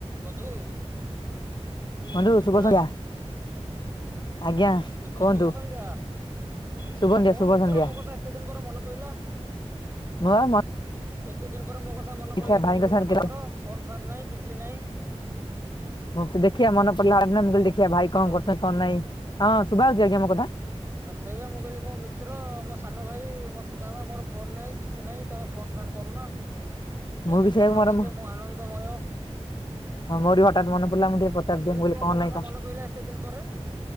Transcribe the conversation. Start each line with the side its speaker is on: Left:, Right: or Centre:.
Right: ବନ୍ଧୁ।
Left: ହାଲୁ
Right: ମିତ୍ର
Left: ଶୁଭ ସନ୍ଧ୍ୟା। ଆଜ୍ଞା
Right: ମିତ୍ର
Left: କୁହନ୍ତୁ
Right: ଶୁଭ ସନ୍ଧ୍ୟା।
Left: ଶୁଭ ସନ୍ଧ୍ୟା
Right: ଆଉ କଣ
Left: ଶୁଭ
Right: ମିତ୍ର
Left: ସନ୍ଧ୍ୟା
Right: ମୋ କଥା ଏତେ ଦିନ ପରେ ମନେ ପଇିଲା।
Left: ମୁଁ ମ
Right: ଏତେ ଦିନ ପରେ ମୋ କଥା ମନେ
Left: ଦେଖିବା
Right: ପଡିଲା
Left: ଭାଇଙ୍କ
Right: କେମିତି
Left: ସାଙ୍ଗରେ
Right: କଣ ତମର। ଫୋନ୍ ଫାନ୍ ନାହିଁ କିଛି ନାହିଁ।
Left: ହଁ ଦେଖିବା ମନ ପଡିଲା ମୁ କହିଲି ଦେଖିବା ଭାଇ
Right: ହ୍ୟାଲୋ।
Left: କଣ କରୁଛନ୍ତି କଣ ନାଇଁ ହଁ ଶଭା ହଉଛି ଆଜ୍ଞା ମୋ କଥା।
Right: ଆଛା ଏଇଆ ମୁଁ କହିଲି ମୋ ମିତ୍ର ମୋ ସାନ ଭାଇ ମୋ ସୁଧାମା ମୋର ଫୋନ ନାହିଁ କିଛି ନାହିଁ ତମେ ଫୋନ ଫାନ୍ କରୁନା ବହୁତ୍
Left: ମୁଁ ବି
Right: ଦିନ
Left: ସେଇଆ
Right: ପରେ
Left: ମୋର
Right: ଲଗେଇଚ ମୁଁ ଆନନ୍ଦମୟ।
Left: ମୋର ବି ହଠାତ୍ ମନେ ପଡିଲା ମୁଁ ଟିକେ ପଚାରିଦିଏ
Right: ଆଉ କେମିତି
Left: ମୁଁ କହିଲି
Right: କଣ ମୋ କଥା
Left: ନାଇଁ
Right: ମନେ ପଇଲା ଏତେ ଦିନ୍‌ ପରେ।